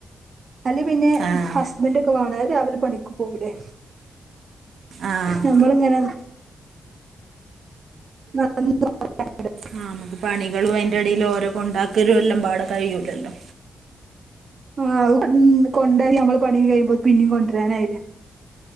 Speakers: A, on the right; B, on the right.
A: അല്ലേ പിന്നെ
B: ആഹ്
A: ഹസ് ഹസബന്റൊക്കെ വാണേ രാവിലെ പണിക്ക് പോകൂല്ലേ
B: ആഹ്
A: നമ്മളിങ്ങനെ ന <unintelligible>
B: ആഹ് അമ്മക്ക് പണികളും അതിന്റെടയിലും ഓരോകൊണ്ടാക്കലും എല്ലാം പാട കഴിയൂലല്ലോ
A: ആ അതു കൊണ്ടോയി നമ്മള് പണി കയിയുമ്പോ പിന്നെയും കൊണ്ടുവരാനായില്ലേ